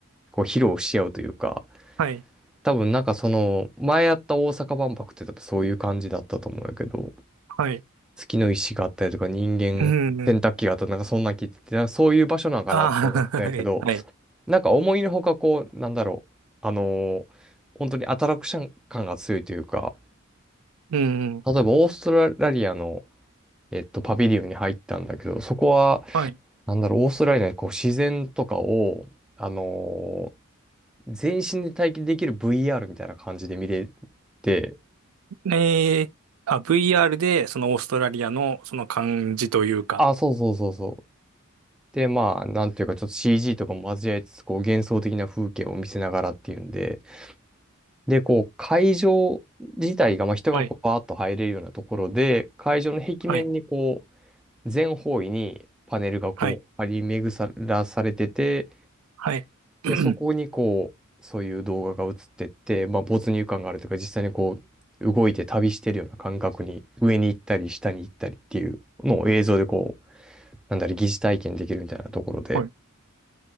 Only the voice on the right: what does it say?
はい、
はい。
うん。
ああ、<laughs> はい、はい。
うん。
はい。
ええあ、VR で、そのオーストラリアの、その感じというか。
はい、
はい、
はい、
はい。<clears throat>
はい。